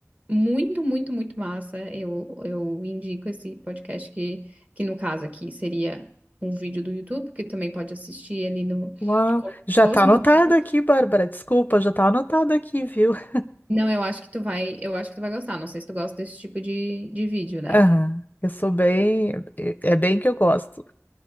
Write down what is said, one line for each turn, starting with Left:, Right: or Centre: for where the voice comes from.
Right: muito, muito, muito massa. Eu, eu indico esse podcast que, que no caso aqui seria um vídeo do YouTube, que também pode assistir ali no
Left: Uau.
Right: como se
Left: Já
Right: fosse
Left: tá anotado
Right: um podcast.
Left: aqui, Bárbara. Desculpa, já tá anotado aqui, viu? <laughs>
Right: Não, eu acho que tu vai, eu acho que tu vai gostar. Não sei se tu gosta desse tipo de, de vídeo, né?
Left: Aham. Eu sou bem. É bem que eu gosto.